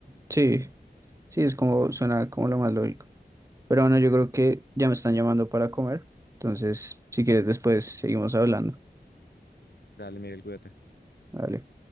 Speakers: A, on the right; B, on the left.
A: sí, sí, es como, suena como lo más lógico. Pero bueno, yo creo que ya me están llamando para comer, entonces, si quieres, después seguimos hablando.
B: Dale, Miguel, cuídate.
A: Vale.